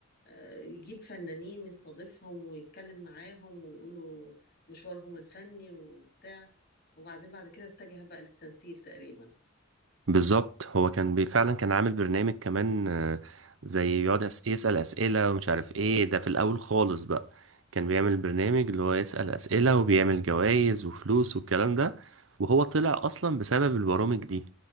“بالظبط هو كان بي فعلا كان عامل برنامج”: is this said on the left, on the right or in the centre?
Right